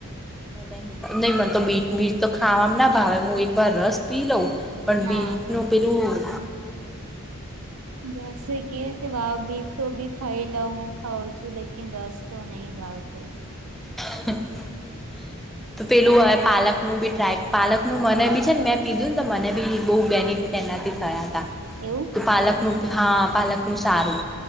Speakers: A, in the centre; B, on the right.
A: નહી નહી મને તો બીટ બીટ તો ખાવામાં ના ભાવે હું એક વાર રસ પી લઉં પણ
B: ના
A: બીટ નુ પેલું
B: બસ <unintelligible> કેવી રીતે વાવ ભી તો બી ખાઈ લ હું ખઉં છું લેક રસ તો નહીિ ભાવતું
A: <unintelligible> તો પેલું હવે પાલક નું બી ટ્રાય પાલકનું મને બી છે. ને મેં પીધું ને તો મને બી બહુ બેનિફિટ કેના ત થયા જ હતા તા
B: એવું
A: પાલકનું હા પાલકનું સારું